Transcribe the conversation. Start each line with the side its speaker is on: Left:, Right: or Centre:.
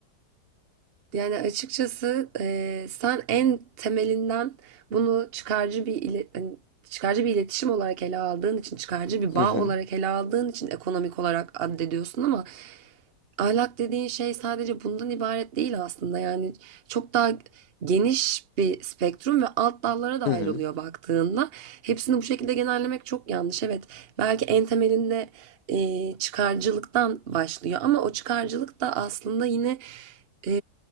Right: yani açıkçası e, sen en temelinden bunu çıkarcı bir ile- hani çıkarcı bir iletişim olarak ele aldığın için, çıkarcı bir bağ
Left: Hı hı.
Right: olarak ele aldığın için ekonomik olarak addediyorsun ama ahlak dediğin şey sadece bundan ibaret değil aslında. Yani çok daha geniş bir spektrum ve alt dallara da
Left: Hı
Right: ayrılıyor
Left: hı.
Right: baktığında. Hepsini bu şekilde genellemek çok yanlış. Evet, belki en temelinde e, çıkarcılıktan başlıyor ama o çıkarcılık da aslında yine e,